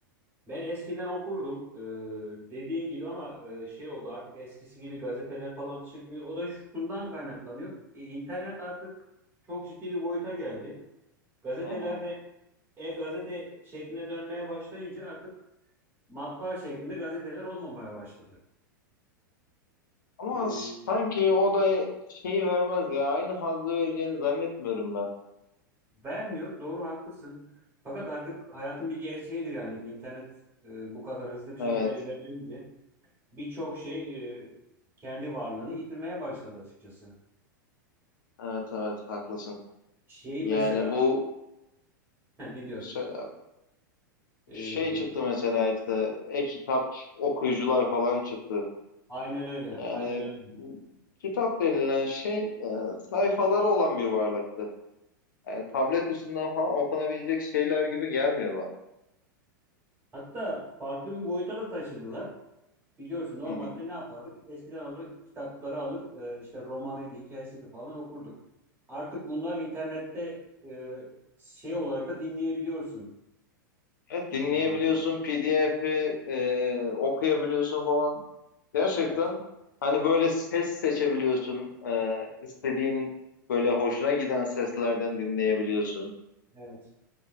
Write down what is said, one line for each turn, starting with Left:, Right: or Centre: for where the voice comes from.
Right: Ben eskiden okurdum. Ee, dediğin gibi ama e, şey oldu artık eskisi gibi gazeteler falan çıkmıyor. O da şundan kaynaklanıyor. E, internet artık çok ciddi bir boyuta geldi. Gazetelerde
Left: Hı hı.
Right: e-gazete şekline dönmeye başlayınca artık matbaa şeklinde gazeteler olmamaya başladı.
Left: Ama
Right: E,
Left: sanki o da şeyi vermez ya. Aynı hazzı vereceğini zannetmiyorum ben.
Right: vermiyor. Doğru haklısın. Fakat artık hayatın bir gerçeğidir yani internet e, bu kadar hızlı bir
Left: Evet,
Right: şekilde ilerleyince. birçok şey e, kendi varlığını yitirmeye başladı açıkçası.
Left: evet, evet haklısın.
Right: Şey
Left: Yani
Right: mesela
Left: bu
Right: <laughs> dinliyorum.
Left: Söyle abi.
Right: E,
Left: Şey çıktı mesela işte e-kitap okuyucular falan çıktı.
Right: aynen öyle,
Left: Yani
Right: aynen öyle.
Left: kitap denilen şey e, sayfaları olan bir varlıktı. Yani tablet üstünden falan okunabilecek şeyler gibi gelmiyor bana.
Right: Hatta farklı bir boyuta da taşıdılar. Biliyorsun normalde
Left: Hı hı.
Right: ne yapardık? Eskiden alır kitapları alır e, işte romanıydı, hikayesiydi falan okurduk. Artık bunlar internette e, şey olarak da dinleyebiliyorsun.
Left: Evet dinleyebiliyorsun,
Right: E,
Left: PDF'i e, okuyabiliyorsun falan. Gerçekten
Right: evet,
Left: hani böyle ses seçebiliyorsun. E, istediğin böyle hoşuna giden seslerden dinleyebiliyorsun.
Right: evet.